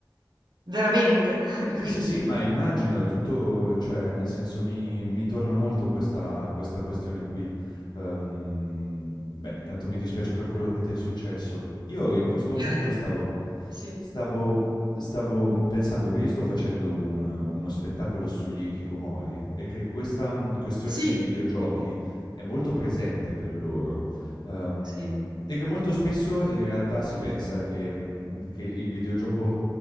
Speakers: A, on the right; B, on the left.
A: veramente, <laughs>
B: Sì, sì, sì,
A: quindi
B: ma immagino, è tutto cioè nel senso mi mi torna molto questa questa questione qui. Ehm, beh, intanto mi dispiace per quello che ti è successo. Io in questo momento
A: er
B: stavo
A: sì,
B: stavo stavo mhmm, pensando che io sto facendo un uno spettacolo sugli hikikomori e che questa, mhmm, questione
A: sì,
B: dei videogiochi è molto presente per loro, ehm,
A: sì.
B: e che molto spesso in realtà si pensa che, mhmm, che il videogioco